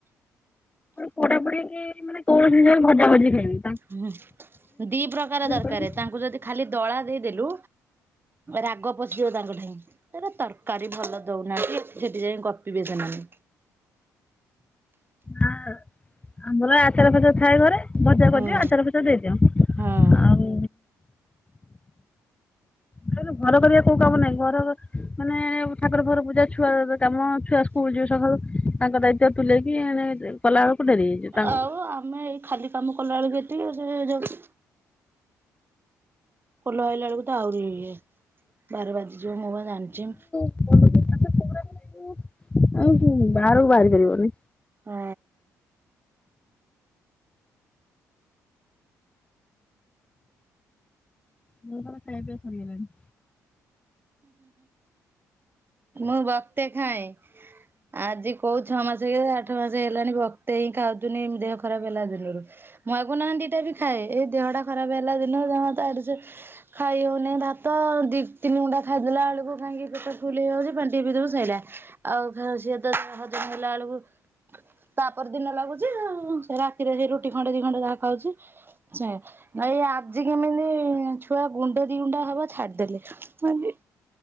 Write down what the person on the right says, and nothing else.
ହୁଁ ଦି ପ୍ରକାର ଦରକାରେ
ତାଙ୍କୁ ଯଦି ଖାଲି ଦଳା ଦେଇଦେଲୁ ରାଗ ପଶିଯିବ ତାଙ୍କଠେଇଁ ଏରା ତରକାରୀ ଭଲ ଦଉ ନା ସେଠି ଯାଇ ଗପିବେ ସେମାନେ।
ହୁଁ।
ହଁ
ଆଉ ଆମେ ଏଇ ଖାଲି କାମ କଲାବେଳକୁ ଏତି ଯୋଉ ଖୋଲ ଆଇଲା ବେଳକୁ ତ ଆହୁରି ଇଏ ବାର ବାଜିଯିବ ମୁଁ ପା ଜାଣିଛି।
ହଁ।
ମୁଁ ବତେ ଖାଏ ଆଜି କୋଉ ଛଅ ମାସ ହେ ଆଠ ମାସ ହେଲାଣି ବତେ ହିଁ ଖାଉଥିନି ଦେହ ଖରାପ ହେଲା ଦିନରୁ ମୟାଗୁନାହାନ୍ତି ଟା ବି ଖାଏ ଏଇ ଦେହଟା ଖରାପ ହେଲା ଦିନ ଜଣ ତ ଆଡ ସେ ଖାଇ ହଉନି ଭାତ ଦ ତିନି ଗୁଣ୍ଡା ଖାଇଦେବେ ବଳକୁ କାହିଁକି ପେଟ ଫୁଲ ହେଇଯାଉଛି ପାଣି ଟିକେ ପିଲାବେଳୁ ସଇଲା। ଆଉ ସିଏ ତ ଦେ ହଜମ ହେଲା ବେଳକୁ ତାପର ଦିନ ଲାଗୁଛି ସେ ରାତିରେ ସେ ରୁଟି ଖଣ୍ଡେ ଦି ଖଣ୍ଡେ ଯାହା ଖାଉଛି। ଆଛା ଏଇ ଆଜି କେମିତି ଛୁଆ ଗୁଣ୍ଡ ଦି ଗୁଣ୍ଡା ହବ ଛାଡିଦେଲେ ହିଁ